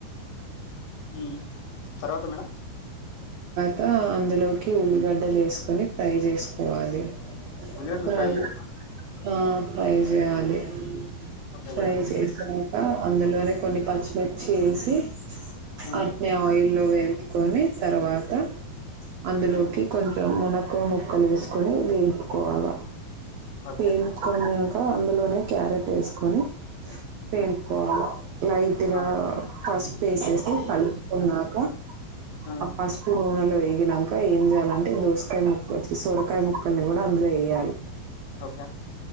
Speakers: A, on the left; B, on the right.
A: ఉమ్ తర్వాత మేడం.
B: త అందులోకి ఉల్లిగడ్డలు వేస్కొని ఫ్రై చేస్కోవాలి
A: ఉల్లిగడ్డలు
B: ఫ్రై
A: చేయాలా
B: ఆ ఫ్రై చెయ్యాలి.
A: ఓకే
B: ఫ్రై
A: మేడం
B: చేసాక అందులోనే కొన్ని పచ్చిమిర్చి వేసి
A: హ్మ్.
B: అట్నే ఆయిల్లో వేంపుకొని తర్వాత అందులోకి
A: హ్మ్.
B: కొంచెం మునక్ మునక్కాయ్ ముక్కలు వేసుకొని వేపుకోవాల.
A: ఓకే.
B: పేంపుకొనాక అందులోనే క్యారెట్ వేసుకొని వేంపుకోవాల
A: హ్మ్.
B: లైట్ గా
A: ఆ! మేడం.
B: పసుపు వేసేసి కలుపుకున్నాక.
A: హ్మ్.
B: ఆ పసుపు నూనెలో వేగినాక ఏం చేయాలంటే దోసకాయ ముక్ వచ్చి సొరకాయ ముక్ కూడా అందులో వేయ్యాలి.
A: ఓకే.